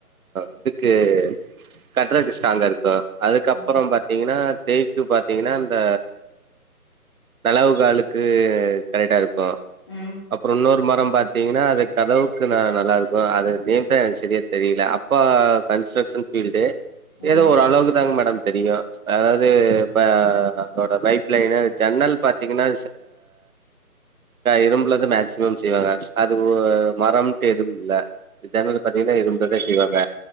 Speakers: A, on the right; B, on the left.
A: இதுக்கு கட்ரதுக்கு ஸ்ட்ராங்கா இருக்கு அதுக்கப்புறம்
B: ம்
A: பாத்தீங்கன்னா தேக்கு பார்த்தீங்கன்னா இந்த செளவு காலுளுக்கு கரெக்டா இருக்கு ப்ப
B: ம்
A: அப்புறம் இன்னொரு மரம் பாத்தீங்கன்னா அது கதவுக்கு ந நல்லா இருக்கும் அது நேம் தான் எனக்கு சரியா தெரியல அப்பா கன்ஸ்ட்ரக்ஷன் பீல்டு
B: ம்
A: ஏதோ ஒரு ஓ அளவுக்கு தாங்க மேடம் தெரிய <unintelligible> அதோட பைப்லைன் ஜன்னல் பாத்தீங்கன்னா இரும்புலத மேக்சிமம் செய்வாங்க அது மரம்ட்டு எதுவும் இல்ல இந்த ஜன்னல் ல பாத்தீன்னா இரூம் செய்வங்க